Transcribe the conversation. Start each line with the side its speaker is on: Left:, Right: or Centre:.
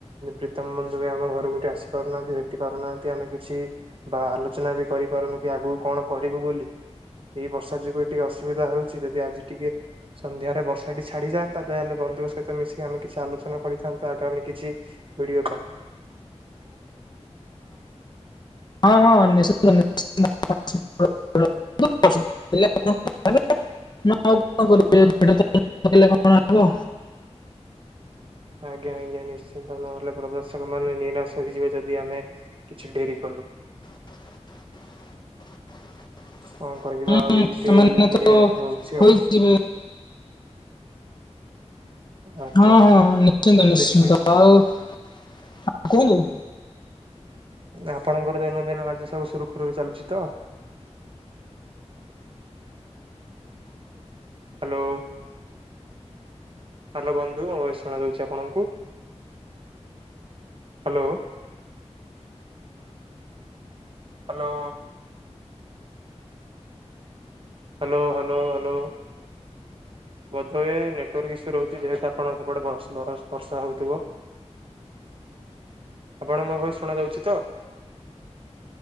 Right: ପ୍ରୀତମ ବନ୍ଧୁ ବି ଆମ ଘ ସବୁଠି ଆସି ପାରୁନାହାନ୍ତି ଭେଟି ପାରୁନାହାନ୍ତି ଆମେ କିଛି ବା ଆଲୋଚନା ବି କରିପାରୁନୁ କି ଆଗକୁ କଣ କରିବୁ। ବୋଲି ଏଇ ବର୍ଷା ଯିବେ ଟିକେ ଅସୁବିଧା ହେଉଛି ଯଦି ଆଜି ଟିକେ ସନ୍ଧ୍ୟାରେ ବର୍ଷାଟି ଛାଡିଯାଆନ୍ତା, ତାହେଲେ ବନ୍ଧୁଙ୍କ ସହିତ ମିଶି ଆମେ କିଛି ଆଲୋଚନା କରିଥାନ୍ତା ଆଗାମି କିଛି ଭିଡିଓ କଲ।
Left: ହଁ ହଁ ନିଶ୍ଚିନ୍ତ। <unintelligible> <unintelligible> ନା ଆଉ କଣ <unintelligible> କଣ ହବ
Right: ଆଜ୍ଞା ଆଜ୍ଞା ନିଶ୍ଚିନ୍ତ ନହେଲେ ପ୍ରବାସକ ମାନେ ନିରାଶ ହେଇଯିବେ ଯଦି ଆମେ କିଛି ଡେରି କଲୁ। <inaudible>
Left: <inaudible>
Right: କଣ କରିବା
Left: ହୁଁ
Right: ଆଉ ଏଇଟେ
Left: ସେମାନେ
Right: ଖାଲି ଟିକେ
Left: ତ
Right: ହଉଚି
Left: ହୋଇଯିବେ
Right: ଆଉ। ଆଜ୍ଞା
Left: ହଁ ହଁ ନିଶ୍ଚିନ୍ତ ନିଶ୍ଚିନ୍ତ
Right: ଦେଖିବା
Left: ଆଉ ହଁ କୁହନ୍ତୁ।
Right: ଆପଣଙ୍କର ଦୈନନ୍ଦିନ କାର୍ଯ୍ୟ ସବୁ ସୁରୁଖୁରୁରେ ଚାଲୁଚି ତ?
Left: <inaudible>
Right: ହାଲୋ। ହାଲୋ ବନ୍ଧୁ ମୋ ଭଏସ୍ ଶୁଣା ଯାଉଚି ଆପଣଙ୍କୁ? Hello. Hello. Hello hello hello. ବୋଧହୁଏ ନେଟୱର୍କ ଇସୁ ରହୁଚି ଯେହେତୁ ଆପଣଙ୍କ ସେପଟେ ବ ବର ବର୍ଷା ହଉଥିବ।
Left: <inaudible>
Right: ଆପଣଙ୍କୁ ମୋ ଭଏସ ଶୁଣା ଯାଉଚି ତ?